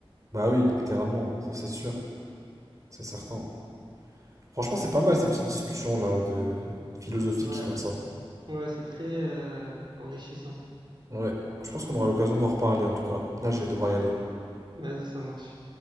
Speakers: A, on the right (about 35°); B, on the right (about 50°).
A: Bah oui, littéralement, ça c'est sûr. c'est certain. Franchement, c'est pas mal ces petites discussions-là de philosophiques
B: Ouais.
A: comme ça.
B: Ouais, c'est très euh, enrichissant.
A: Ouais, je pense qu'on aura l'occasion d'en reparler en tout cas. Là, je vais devoir y aller.
B: Vas-y, ça marche.